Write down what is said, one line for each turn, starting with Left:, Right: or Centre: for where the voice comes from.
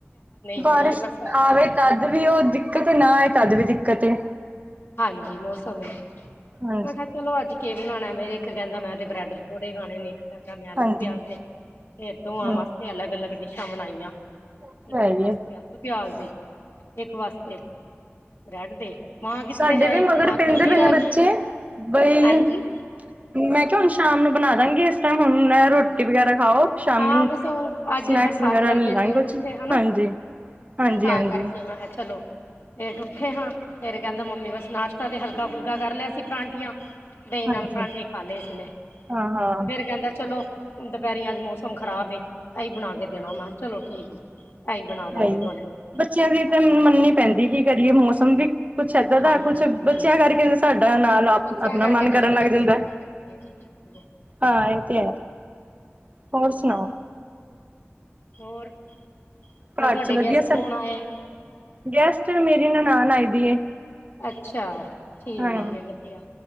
Right: ਬਾਰੀਸ਼
Left: ਨਹੀਂ ਬਰਸਾਤ
Right: ਆਵੇ
Left: ਨੀ
Right: ਤੱਦ
Left: ਹੈ ਮੈਂ ਕਿਹਾ
Right: ਵੀ
Left: ਬਰਸਾਤ
Right: ਉਹ ਦਿੱਕਤ ਏ, ਨਾ ਆਏ ਤਦ ਵੀ ਦਿੱਕਤ ਏ।
Left: ਹਾਂਜੀ ਮੌਸਮ ਐ। <unintelligible>
Right: ਹਾਂਜੀ
Left: ਚਲੋ ਅੱਜ ਕੇ ਬਣਾਉਣਾ ਮੇਰੇ, ਇੱਕ ਕਹਿੰਦਾ ਮੈਂ ਤੇ ਬ੍ਰੈਡ ਪਕੌੜੇ ਖਾਣੇ ਨੇ ਕਹਿੰਦਾ ਮੈਂ ਆਲੂ
Right: ਹਾਂਜੀ।
Left: ਪਿਆਜ ਦੇ, ਫੇਰ ਦੋਵਾਂ
Right: ਹੂੰ
Left: ਵਾਸਤੇ ਅਲੱਗ ਅਲੱਗ ਡਿਸ਼ਾਂ ਬਣਾਈਆਂ।
Right: ਉਹ
Left: ਇੱਕ
Right: ਤੇ ਹੈ
Left: ਦੇ ਵਾਸਤੇ
Right: ਈ ਏ।
Left: ਆ ਪਿਆਜ ਦੇ, ਇੱਕ ਵਾਸਤੇ ਬ੍ਰੈਡ ਦੇ, ਮਾਂ ਕਿੱਥੇ
Right: ਸਾਡੇ
Left: ਜਾਏ
Right: ਵੀ ਮਗਰ
Left: ਮਾਂ
Right: ਪੈਂਦੇ
Left: ਕੱਲੀ
Right: ਪਏ
Left: ਰਹਿ
Right: ਨੇ ਬੱਚੇ,
Left: ਗਈ
Right: ਬਈ
Left: ਹਾਂਜੀ।
Right: ਮੈਂ ਕਿਹਾ ਹੁਣ ਸ਼ਾਮ ਨੂੰ ਬਣਾ ਦਾਂਗੇ ਤਾਂ ਹੁਣ ਨੈ
Left: ਹਾਂਜੀ
Right: ਰੋਟੀ ਵਗੈਰਾ ਖਾਓ, ਸ਼ਾਮੀ
Left: ਹਾਂ ਬਸ ਉਹ ਅੱਜ
Right: ਸਨੈਕਸ
Left: ਬਰਸਾਤ
Right: ਵਗੈਰਾ
Left: ਕਰਕੇ
Right: ਲੈ ਲਾਂਗੇ
Left: ਲੇਟ
Right: ਕੁਛ।
Left: ਉੱਠੇ ਹਨਾ
Right: ਹਾਂਜੀ। ਹਾਂਜੀ
Left: ਤਾਂ
Right: ਹਾਂਜੀ
Left: ਕਰਕੇ, ਮੈਂ ਹਾ ਚਲੋ। ਲੇਟ ਉੱਠੇ ਹਾਂ, ਫੇਰ ਕਹਿੰਦਾ ਮੰਮੀ ਬਸ ਨਾਸ਼ਤਾ ਵੀ ਹਲਕਾ-ਫੁਲਕਾ ਕਰ ਲਿਆ ਸੀ, ਪਰਾਂਠੀਆਂ ਦਹੀਂ
Right: ਹਾਂਜੀ
Left: ਨਾਲ ਪਰਾਂਠੇ ਖਾਲੇ ਈਸਨੇ,
Right: ਹਾਂ ਹਾਂ
Left: ਫੇਰ ਕਹਿੰਦਾ ਚਲੋ, ਦੁਪਹਿਰੀ ਅੱਜ ਮੌਸਮ ਖ਼ਰਾਬ ਏ, ਇਹੀ ਬਣਾਕੇ ਦੇਣਾ। ਮੈਂ ਚਲੋ ਠੀਕ ਏ। ਐ ਹੀ ਬਣਾਦਾਂਗੇ
Right: ਸਹੀ
Left: ਤੁਹਾਨੂੰ।
Right: ਬੱਚਿਆਂ ਦੀ
Left: ਹਾਂ
Right: ਤਾਂ ਮੰਨਣੀ ਪੈਂਦੀ ਕੀ ਕਰੀਏ, ਮੌਸਮ ਵੀ ਕੁੱਛ ਇੱਦਾਂ ਦਾ,
Left: ਹਾਂਜੀ
Right: ਕੁਛ
Left: ਹਾਂਜੀ
Right: ਬੱਚਿਆ
Left: ਹਾਂਜੀ
Right: ਕਰਕੇ ਸਾਡਾ ਨਾਲ ਆਪ
Left: ਬੱਚਿਆਂ
Right: ਆਪਣਾ
Left: ਕਰਕੇ
Right: ਮਨ
Left: ਤਾਂ
Right: ਕਰਨ
Left: ਬੱਚਿਆਂ
Right: ਲੱਗ
Left: ਦੀ
Right: ਜਾਂਦਾ
Left: ਸੁਨਣੀ ਜਾਂਦੀ ਹੈ ਜੀ, ਕੀ ਕਰੀਏ।
Right: ਹਾਂ, ਇਹ ਤੇ ਹੈ। ਹੋਰ
Left: ਹੂੰ
Right: ਸੁਣਾਓ?
Left: ਹੋਰ? ਫੇਰ
Right: ਘਰ'ਚ
Left: ਤੁਹਾਡੇ
Right: ਵਧੀਆ
Left: ਗੈਸਟ
Right: ਸਭ?
Left: ਕੌਣ ਆਏ ਆ
Right: ਗੈਸਟ ਮੇਰੀ ਨਨਾਣ ਆਈ ਦੀ ਏ
Left: ਅੱਛਾ ਠੀਕ
Right: ਹਾਂ
Left: ਏ, ਵਧੀਆ।